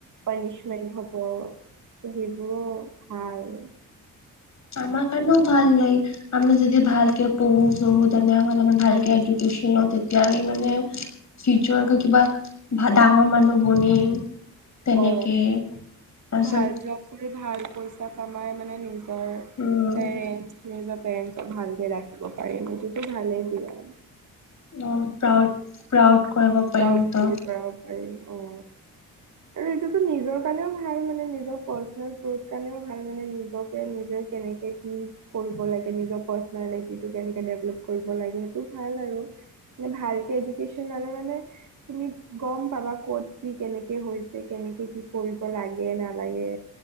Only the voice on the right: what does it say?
পানিচমেণ্ট হ'ব। সেইবোৰও ভাল
অ
ভাল জব কৰি ভাল পইচা কামাই মানে নিজৰ
পেৰেণ্ট নিজৰ পেৰেণ্টছক ভালকে ৰাখিব পাৰি সেইটো ভালেই দিয়া।
পৰাউণ্ড
ফিল কৰাব পাৰিম অ আৰু এইটোতো নিজৰ কাৰণেও ভাল মানে নিজৰ পাৰ্চনেল গ্ৰোথ কাৰণেও ভাল মানে নিজক নিজে কেনেকৈ কি কৰিব লাগে নিজৰ পাৰ্চনেলিটিটো কেনেকৈ ডেভেলপ। কৰিব লাগে সেইটো ভাল আৰু মানে ভালকে এডুকেশ্যন আনে মানে। তুমি গম পাবা ক'ত কি কেনেকে হৈছে, কেনেকে কি কৰিব লাগে নালাগে।